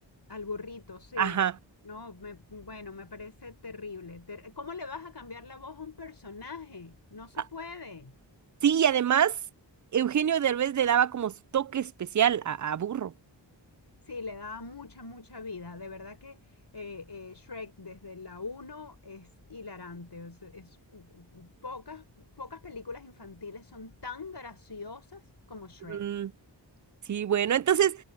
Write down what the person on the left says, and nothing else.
Al burrito, sí.
No, me- bueno, me parece terrible. Ter- ¿Cómo le vas a cambiar la voz a un personaje? No se
puede.
Sí, le daba mucha, mucha vida. De verdad que eh, eh, Shrek desde la uno es hilarante. Es, es- pocas, pocas películas infantiles son tan graciosas como Shrek.